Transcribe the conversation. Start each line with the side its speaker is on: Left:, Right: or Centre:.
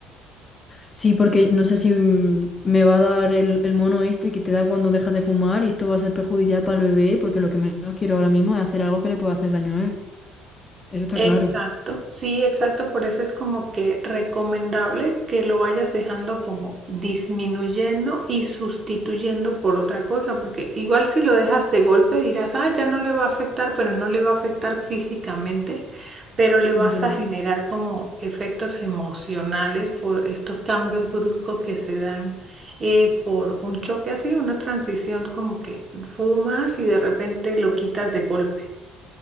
Left: Sí, porque no sé si mm, me va a dar el, el mono este que te da cuando dejas de fumar y esto va a ser perjudicial para el bebé, porque lo que menos quiero ahora mismo es hacer algo que le pueda hacer daño a él. Eso está
Right: Exacto,
Left: claro.
Right: sí, exacto, por eso es como que recomendable que lo vayas dejando como disminuyendo y sustituyendo por otra cosa, porque igual si lo dejas de golpe dirás, ah, ya no le va a afectar, pero no le va a afectar físicamente, pero le vas
Left: Literal.
Right: a generar como efectos emocionales por estos cambios bruscos que se dan eh, por un choque así, una transición como que fumas y de repente lo quitas de golpe.